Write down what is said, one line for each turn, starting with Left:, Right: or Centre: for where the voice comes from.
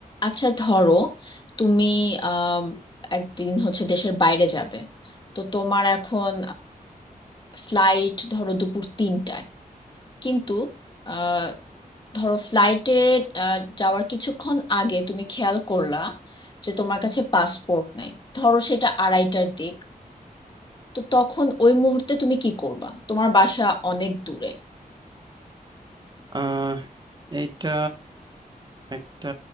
Left: আচ্ছা ধরো তুমি আম, একদিন হচ্ছে দেশের বাইরে যাবে তো তোমার এখন ফ্লাইট ধরো দুপুর তিনটায় কিন্তু আহ, ধরো ফ্লাইটে যাওয়ার কিছুক্ষণ আগে তুমি খেয়াল করলা যে তোমার কাছে পাসপোর্ট নেই ধরো সেটা আড়াইটার দিক তো তখন ওই মুহূর্তে তুমি কি করবা তোমার বাসা অনেক দূরে
Right: আহ এইটা একটা